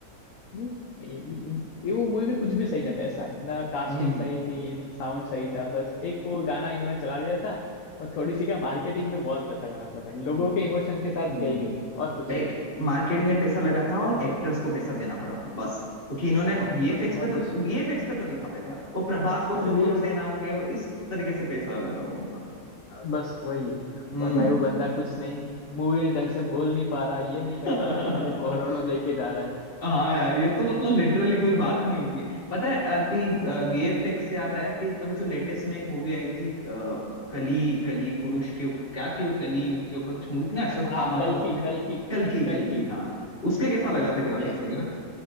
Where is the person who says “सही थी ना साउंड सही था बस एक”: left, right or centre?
Left